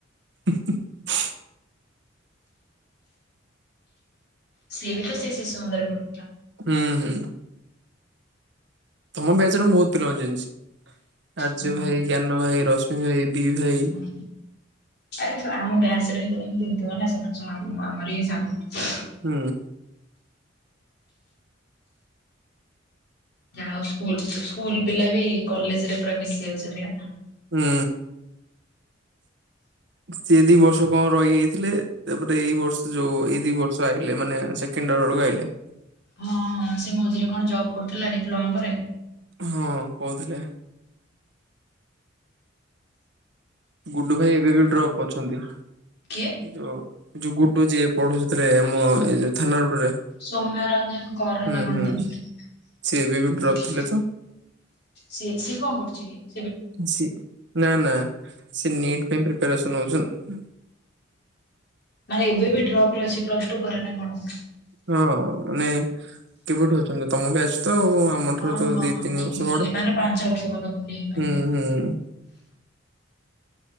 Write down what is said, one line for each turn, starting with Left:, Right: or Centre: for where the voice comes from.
Right: <unintelligible>
Left: ସିଏ ବି ତ ସେଇ ଶିଶୁ ମନ୍ଦରେ ପଡୁଥିଲା।
Right: ହୁଁ ହୁଁ। ତମ ବ୍ୟାଚର ମୁଁ ବହୁତ୍ ପିଲାଙ୍କ ଚିହ୍ନିଚି ଆର୍ଯ୍ୟ
Left: ହଁ,
Right: ଭାଇ ଜ୍ଞାନ ଭାଇ ରଶ୍ମି ଭାଇ ଦି ଭାଇ
Left: ହଁ। ଆରେ ସ ଆମ ବ୍ୟାଚରେ ତ ତମେ ଚିହ୍ନିଥିବ ନା ସେମାନେ ସବୁ ଆମ ଆମରି ସାଙ୍ଗ
Right: ହୁଁ।
Left: ଯାହାହଉ ସ୍କୁଲ ସ୍କୁଲ ପିଲା ବି କଲେଜ ରେ ପୁରା ମିଶି ଯାଉଚନ୍ତି ନା?
Right: ହୁଁ ସିଏ ଦି ବର୍ଷ କଣ ରହିଯାଇଥିଲେ ତାପରେ ଏଇ ବର୍ଷ ଯୋଉ ଏଇ ଦି ବର୍ଷ ଆଇଲେ ମାନେ ସେକେଣ୍ଡ ଇୟର ବେଳକୁ ଆଇଲେ।
Left: ହଁ ହଁ ସେ ମଝିରେ କଣ ଜବ୍ କରୁଥିଲା ଡିପ୍ଲୋମା ପରେ
Right: ହଁ କହୁଥିଲେ। ଗୁଡୁ ଭାଇ ଏବେ ବି ଡ୍ରପ୍ ଅଛନ୍ତି।
Left: କିଏ?
Right: ଯୋଉ ଯୋଉ ଗୁଡ ଯିଏ ପଢୁଚୁତୁରେ ଆମ ଏ ଯୋଉ ଥାନା ରୋଡରେ
Left: ସୌମ୍ୟ ରଞ୍ଜନ କର
Right: ହୁଁ
Left: ନା କଣ
Right: ହୁଁ
Left: ତାନା ହୁଁ।
Right: ସିଏ ଏବେ ବି ଡ୍ରପ୍ ଥିଲେ ତ
Left: ସିଏ ସିଏ କଣ କରୁଚିକି?
Right: ସିଏ ନାଁ ନାଁ ସିଏ ନିଟ୍ ପାଇଁ ପ୍ରିପ୍ପାରେସନ ନଉଚନ୍ତି।
Left: ନାଇଁ ଏବେ ବି ଡ୍ରପ ରେ ଅଛି ପ୍ଲସ୍ଟୁ ପରେ ନା କଣ?
Right: ହଁ ମାନେ କେବେଠୁ ଅଛନ୍ତି ତମ ବ୍ୟାଚ୍ ତ ଆଉ ଆମ ଆମ
Left: ହଁ
Right: ଠାରୁ ତ
Left: ହଁ
Right: ଦିଇ
Left: ହଁ
Right: ତିନି
Left: ହଁ
Right: ବର୍ଷ
Left: ବୁଝିଲି
Right: ବଡ
Left: ମାନେ ପାଞ୍ଚ ବର୍ଷ ପାଖାପାଖି ହେଇଗଲାଣି।
Right: ହୁଁ ହୁଁ।